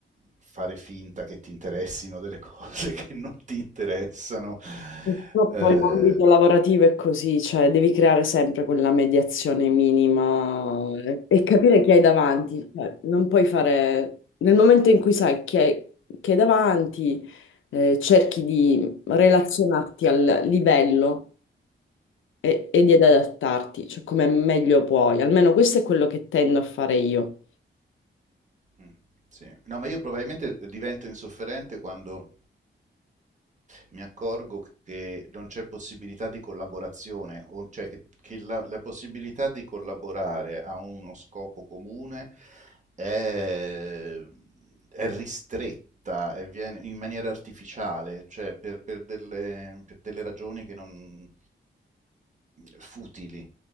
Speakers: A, on the right; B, on the left.
A: fare finta che ti interessino delle <laughs> cose che non ti interessano.
B: Purtroppo
A: Eh,
B: l'ambito lavorativo è così, cioè devi creare sempre quella mediazione minima e e capire chi hai davanti. Cioè, non puoi fare... Nel momento in cui sai chi hai, chi hai davanti, eh, cerchi di relazionarti al livello e, e di adattarti, cioè come meglio puoi. Almeno questo è quello che tendo a fare io.
A: mm, sì. No, ma io probabilmente divento insofferente quando mi accorgo che non c'è possibilità di collaborazione, o- cioè che, che la, la possibilità di collaborare a uno scopo comune è, è ristretta e viene in maniera artificiale, cioè per, per delle, per delle ragioni che non futili